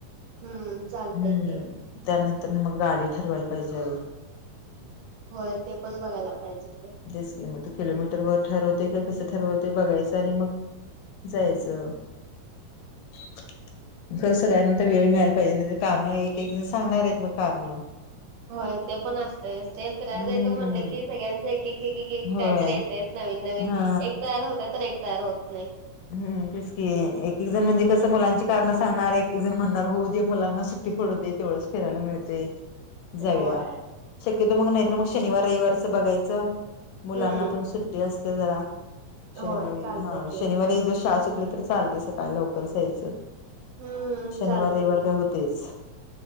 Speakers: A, on the right; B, on the left.
A: हम्म चालतय
B: हम्म.
A: की
B: त्यानंतर मग गाडी ठरवायला पाहिजे याल.
A: होय ते पण बघायला पाहिजे ते.
B: जस म. <unintelligible> किलोमीटर वर ठरवते काय कसं ठरवते बघायचं आणि मग जायचं. <inaudible> खर सगळ्यांना तर वेळ मिळायला पाहिजे नाही तर कारण एक एक जण सांगणार आहेत मग कारण.
A: होय ते पण असतयस ते फिरायला
B: हम्म
A: देतं म्हणलं की सगळ्यांच एक एक
B: होय
A: काहीतरी येतयस नवीन नवीन.
B: हा
A: एक तयार होत तर एक तयार होत नाही.
B: हम् तस कि एक एक जण म्हणजे कस मुलांची कारणं सांगणार एक एक जण म्हणणार हो दे मुलांना सु. टी पडुदे तेवढंच फिरायला मिळतय. जाऊया
A: होय
B: शक्यतो मग
A: हम्म
B: नाही तरर मग शनिवार रविवारच बघायचं. मुलांना
A: हम्म
B: पण सुट्टी असते जरा शनिवारी
A: होय चालतय
B: हा
A: की
B: बर एक दिवस शाळा चुकली तर चालते सकाळी लवकर जायचं
A: हम्म
B: शनिवार
A: चालत
B: रविवार तेच